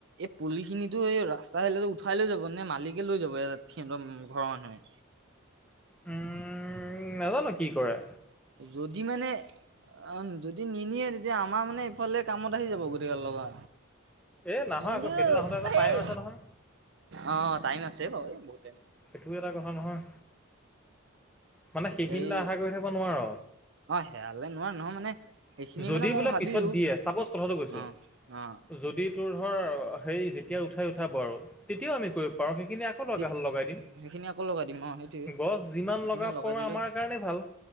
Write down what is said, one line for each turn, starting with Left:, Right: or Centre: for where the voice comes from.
Right: এই পুলি খিনি টো ৰাস্তালৈ উঠোৱাই লৈ যাব নে মালিকে লৈ যাব সিহঁৰ ঘৰৰ মানুহে।
Centre: উম নাজানো কি কৰা।
Right: যদি মানে অ যদি নিনিয়ে তেতিয়া আমাৰ মানে চবফালে কামত আহি যাব গোটেই গাল লগা
Centre: এ নহয়
Right: ইন্দু
Centre: আকৌ সেইটো আহোতে আকৌ
Right: হেই
Centre: টাইম আছে নহয়।
Right: অ', টাইম আছে বাৰু বহুতে
Centre: সেইটোও এটা কথা নহয়। মানে সেইখিনিলে
Right: এই,
Centre: আশা কৰি থাকিব নোৱাৰ
Right: অ হেয়ালে নোৱাৱ নহয় মানে সেইখিনি
Centre: যদি
Right: মানে মই
Centre: বোলে
Right: ভাবিছো
Centre: পিছত দিয়ে চাপ'জ কথাটো কৈছোঁ।
Right: অ', অ'।
Centre: যদি দি তোৰ ধৰ হেই যেতিয়া উঠাই উঠাব আৰু তেতিয়াও আমি কৰিব পাৰোঁ, সেইখিনি আকৌ দ'কাহ'লে
Right: তেতিয়া
Centre: লগাই দিম।
Right: সেইখিনি আকৌ লগাই দিম অ সেইটোৱে
Centre: গছ যিমান
Right: সেইখিনি
Centre: লগাৱ
Right: লগাই দিলো
Centre: আমাৰ কাৰণে ভাল।